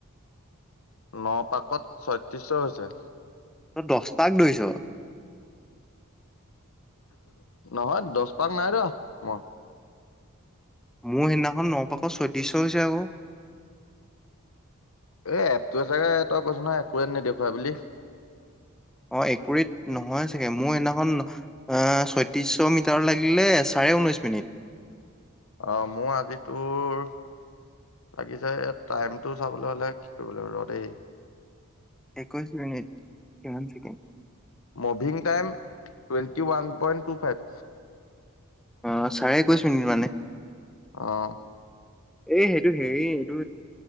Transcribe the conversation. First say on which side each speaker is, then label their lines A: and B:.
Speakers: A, on the left (about 70°); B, in the centre.
A: ন পাকত ছয়ত্ৰিশ হৈছে
B: দছপাক দৰিছ
A: নহয় দচ পাক নাই ৰ মই
B: মোৰ সেইদিনাখন নপাকত ছয়ত্ৰিছশ হৈছে আকৌ।
A: এ এপটোতাৰে তই কৈছ নহয় একোৱে নেদেখাই বুলি।
B: অ, একুৰিত নহয় চাগে মোৰ সেইদিনাখন অ' ছয়ত্ৰিশ মিটাৰ লাগিলে চ প্ৰায় ঊনৈছ মিনিট।
A: অ, মোৰ আজি তোৰ লাগিছে এ টাইমটো চাবলৈ হ'লে কি কৰিব লাগিব ৰ দেই।
B: একৈছ মিনিট কিমান second,
A: moving time twenty one point two five.
B: অ, চাৰে একৈশ মিনিট মানে
A: অ',
B: এ সেইটো হেৰি এইটো